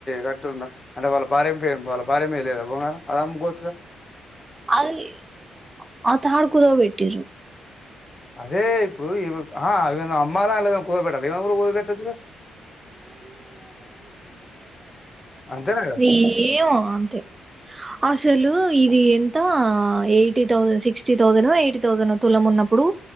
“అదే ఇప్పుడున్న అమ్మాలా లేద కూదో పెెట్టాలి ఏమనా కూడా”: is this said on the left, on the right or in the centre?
Left